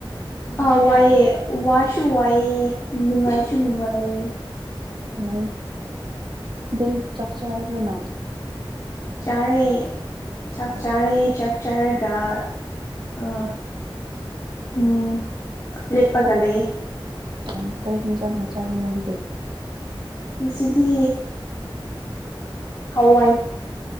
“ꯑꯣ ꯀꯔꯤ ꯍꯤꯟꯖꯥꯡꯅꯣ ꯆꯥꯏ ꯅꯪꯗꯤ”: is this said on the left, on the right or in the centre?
Right